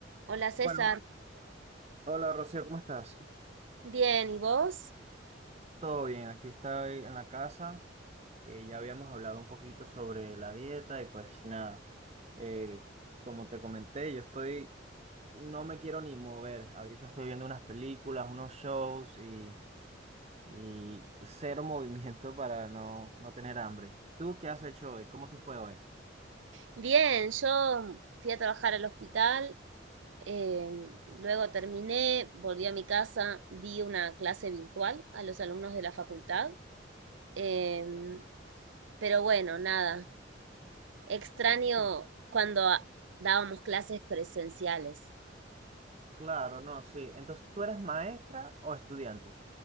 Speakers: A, on the right; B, on the right.
A: Hola César,
B: Bueno, hola Rocío, ¿cómo estás?
A: bien, ¿y vos?
B: Todo bien, aquí estoy en la casa. eh, ya habíamos hablado un poquito sobre la dieta y pues nada, eh, como te comenté, yo estoy, no me quiero ni mover. Ahorita estoy viendo unas películas, unos shows y, y cero <laughs> movimiento para no, no tener hambre. ¿Tú qué has hecho hoy? ¿Cómo te fue hoy?
A: Bien, yo fui a trabajar al hospital, eh, luego terminé, volví a mi casa, di una clase virtual a los alumnos de la facultad, em, pero bueno, nada, extraño
B: Mira.
A: cuando a- dábamos clases presenciales.
B: Claro, no, sí. Entonces, ¿tú eres maestra o estudiante?